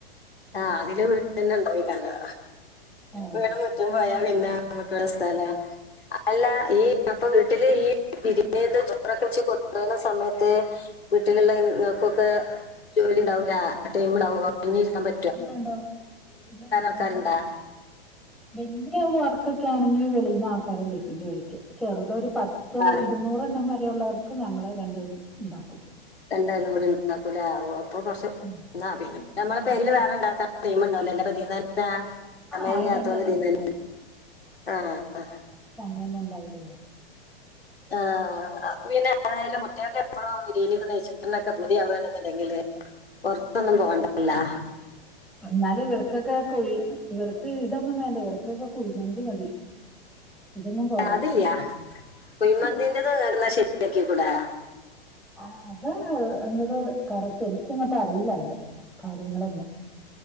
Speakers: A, on the left; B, in the centre.
A: ആഹ് അതില് വീടന്നെ ഇണ്ടാവേക്കാരം
B: ആ
A: വീടും മുറ്റും പോയാ പിന്നെ നമ്മക്കേടെ സ്ഥലം അല്ല ഈ അപ്പം വീട്ടില് ഈ <unintelligible> ചോറൊക്കെ വെച്ച് കൊണ്ടോവുന്ന സമയത്ത് വീട്ടില്ള്ള ഇങ്ങക്കൊക്കേ ജോലി ഇണ്ടാവൂല്ലാ ടൈമ്ണ്ടാവോ ഒഴിഞ്ഞിരിക്കാൻ പ
B: ഇണ്ടാവും ഇണ്ടാവും ഇല്ല
A: ആൾക്കാരുണ്ടാ
B: അതില് വല്ല്യേ <unintelligible> വർക്കൊക്കേ ആണെങ്കി വെളീന്ന് ആൾക്കാരെ വിളിക്കും ജോലിക്ക് ചെറുതൊര് പത്തോ
A: ആ
B: ഇരുന്നൂറെണ്ണം വ രെയുള്ളവർക്ക് ഞങ്ങള് രണ്ടുപേരും ഇണ്ടാക്കും
A: രണ്ടാളുക്കൂടി ഇണ്ടാക്കുലെ ആവു അപ്പൊ കൊറച്ച്
B: ഉം.
A: ഇന്നാ പിന്നെ നമ്മളെ
B: പണിയുണ്ട്
A: പെരേല് വേറെണ്ടാക്കാൻ ടൈമ് ണ്ടാവൂലല്ലോ അപ്പതീന്നെന്നാ സമയല്ലാത്തോണ്ട്
B: ആ ഇത് തന്നെ
A: ഇതീന്നെ
B: എടുക്കും
A: ആഹ് ആഹ്
B: അങ്ങനന്നും ഉണ്ടാവൂലല്ലോ
A: ആഹ് അപ്പൊ പിന്നെ ഏതായാലും കുട്ട്യോൾക്കെപ്പളും വിര്യേണ്യൊക്കെ കയ്ച്ചാനൊക്കെ പൂതിയാവാണ് ന്ന്ണ്ടെങ്കില് പൊറത്തൊന്നും പോണ്ടല്ലാ
B: എന്നാലും ഇവർക്കൊക്കെ കുഴി ഇവർക്ക് ഇതൊന്നും വേണ്ടേ ഇവർ ക്കൊക്കെ കുഴിമന്തി മതി ഇതൊന്നും പോരാ
A: അതില്ല്യേ കുയ്മന്തിന്റെത് ഇട്ന്ന് ശരിയാക്കി കൂടേ
B: ആഹ് അത് ഇങ്ങട് കറ ശരിക്ക്ങ്ങട്ട് അറീല അയ്ൻ്റെ കാര്യങ്ങളൊന്നും